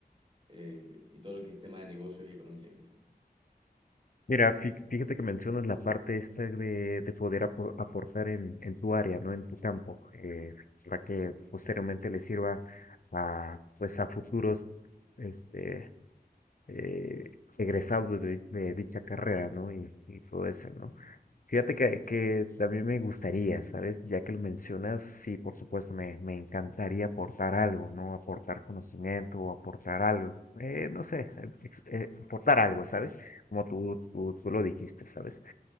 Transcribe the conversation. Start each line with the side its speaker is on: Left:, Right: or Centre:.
Right: eh, y todo lo que es tema de negocios y economía, quizá.
Left: Mira, fí- fíjate que mencionas la parte esta de, de poder apo- aportar en, en tu área, ¿no? En tu campo, eh, para que posteriormente le sirva a, pues, a futuros, este, eh, egresado de, de dicha carrera, ¿no? Y, y todo eso, ¿no? Fíjate que, que también me gustaría, ¿sabes? Ya que lo mencionas, sí, por supuesto, me, me encantaría aportar algo, ¿no? Aportar conocimiento o aportar algo, eh, no sé, ex- eh, aportar algo, ¿sabes? Como tú, tú, tú lo dijiste, ¿sabes?